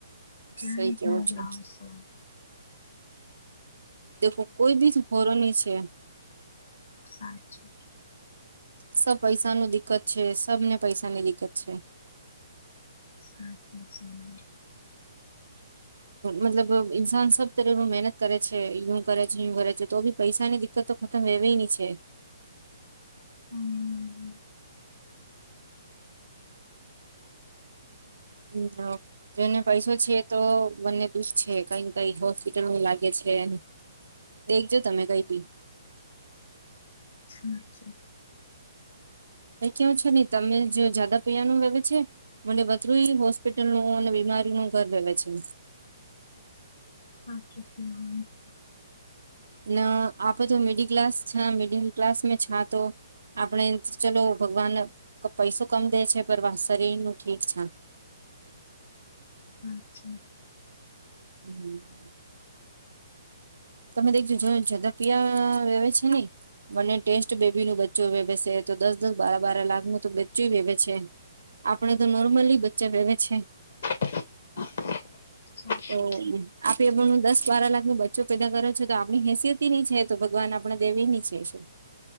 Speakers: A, on the left; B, on the right.
A: કેણે
B: સઈ કેવો
A: કે
B: છે
A: લાવસો.
B: દખો કોઈ બી હોરો ન છે.
A: સાચી.
B: સબ પૈસાનું દિકકત છે સબને પૈસાની દિક્કત છે.
A: <inaudible>
B: મતલબ ઇન્સાન સબ તરે મહેનત કરે છે યું કરે છે યુ કરે છે તો બી પૈસા નની તો ખતમ હવી ની છે.
A: હમ. <inaudible>
B: હમ. <inaudible> જેને પૈસો છે એતો મને દુખ છે કઈને કઈ હોસ્પિટલમાં લાગે છે ને દેખજો તમે કઈ બી.
A: હા. <inaudible>
B: કેવું છે ને તમે જે જગા પિયાનું વવે છે. મને વધધું હોસ્પિટલ ન અને બીમારી ન ઘર રહેવે છે.
A: અચ્છાય. <inaudible>
B: ન આપડે તો મિડલ ક્લાસ છ મિડલ ક્લાસમાં છ તો. આપણે ચલો ભગવાન પૈસો કમ દે છે પર શરીર નું ઠીક છે.
A: અચ્છા.
B: હમ. તમે દેખજો જો જાદા પિયા વેવે છે ને. મને ટેસ્ટ બેબી નું બચ્ચું વેવે છે તો દસ દસ બાર બાર લાખ નું તો બચ્ચું વેવે છે. આપડે તો નોર્મલી બચ્ચા વહેવે છે.
A: <inaudible> સાચું
B: તો
A: છે
B: આપે પણું દસ બાર લાખ નું બચ્ચું પેદા કરો છો તો આપણી હેસિયતી ની છે તો ભગવાન આપણા દેવી ની છે શું.